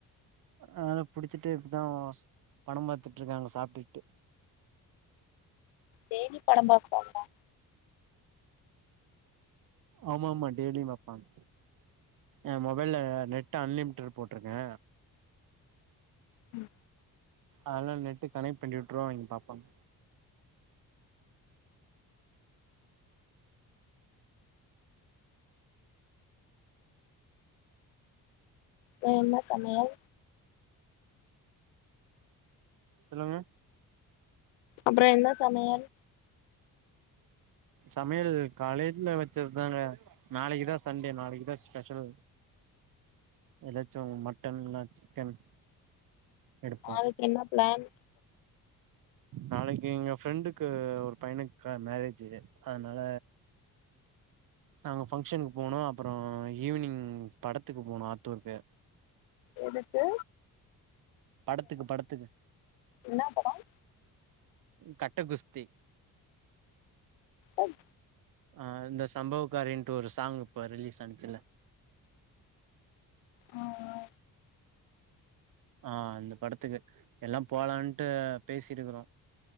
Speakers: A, on the right (about 50°); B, on the left (about 75°).
A: அ புடிச்சிட்டு இப்ப தா படம் பாத்துட்டுருக்காங்க சாப்ட்டுட்டு
B: டெய்லி படம் பாப்பாங்ளா
A: ஆமா ஆமா டெய்லியூ பாப்பாங் என் மொபைல நெட்டு் அன்லிமிடட் போட்ருக்க
B: ம்
A: அதெல்லா நெட்டு கனெக்ட் பண்ணி விட்ருவோ அவுங்க பாப்பாங்க
B: ஏன் என்ன சமயல்
A: சொல்லுங்க
B: அப்புறோ என்ன சமயல்
A: சமையல் காலைல்ல வச்சதுதான நாளைக்கு தா சண்டே நாளைக்கு தா ஸ்பெஷல் எதாச்சூ மட்டன் இல்னா சிக்கன் எடுப்போ
B: நாளக்கி என்ன பிளான்
A: நாளைக்கு எங்க ஃப்ரெண்டுக்கு ஒரு பையனுக்கு க மேரேஜி அதனால நாங்க ஃபங்க்ஷனுக்கு போனோ அப்புறோ ஈவினிங் படத்துக்கு போனோ ஆத்தூருக்கு
B: எடுத்து
A: படத்துக்கு படத்துக்கு
B: என்ன படம்
A: ம் கட்ட குஸ்தி
B: ம்
A: ஆ இந்த சம்பவகாரின்ட்டு ஒரு சாங் இப்ப ரிலீஸ் ஆனுச்சுல
B: ஆ ஆ
A: ஆ இந்த படத்துக்கு எல்லா போலான்ட்டு பேசிட்டு இருக்கறோ